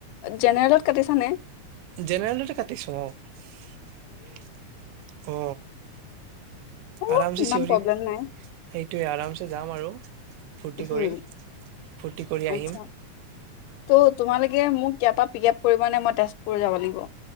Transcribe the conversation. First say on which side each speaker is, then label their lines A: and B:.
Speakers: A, on the left; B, on the right.
A: জেনেৰেলত কাটিছানে
B: জেনেৰেলতে কাটিছো অ অ
A: অ'
B: আৰামছে
A: ইমান
B: চিঞৰি
A: প্ৰব্লেম নাই
B: সেইটোৱে আৰামছে যাম আৰু ফুৰ্তি
A: হম,
B: কৰি ফূৰ্তি কৰি আহিম।
A: আচ্ছা ত' তোমালোকে মোক ইয়াৰ পৰা পিক আপ কৰিবা নে মই তেজপুৰ যাব লাগিব?